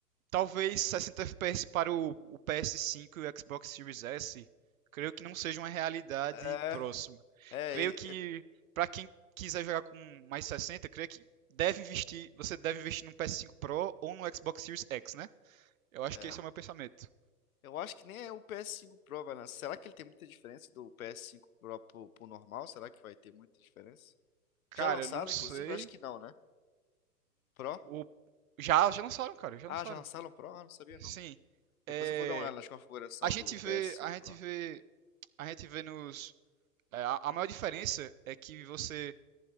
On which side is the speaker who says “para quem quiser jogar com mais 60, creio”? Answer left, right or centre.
Right